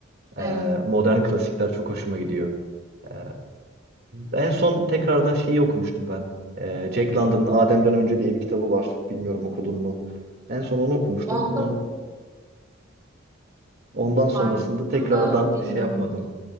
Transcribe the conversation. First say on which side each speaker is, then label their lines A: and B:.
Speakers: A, on the right (about 55°); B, on the right (about 20°).
A: e,
B: Evet.
A: modern klasikler çok hoşuma gidiyor. Ee, En son tekrardan şeyi okumuştum ben. Ee, Jack London'ın Adem'den Önce diye bir kitabı var. Bilmiyorum okudun mu? En son onu okumuştum.
B: Onda
A: On- Ondan sonrasında
B: pardon.
A: tekrardan
B: Onda bilmiyorum.
A: şey yapmadım.